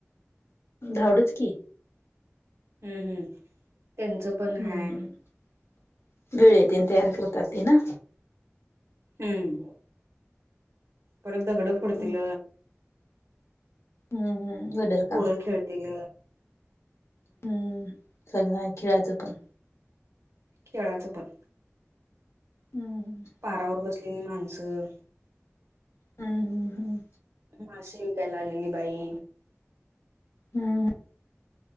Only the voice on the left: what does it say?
धावडच की
हम्म
हम् वेळ येत तयार करतात ते ना
हम्म हम्म हम्म वटरका
हम्म सगळं खेळायचं पण
हम्म
हम् हम् हम्
हम ह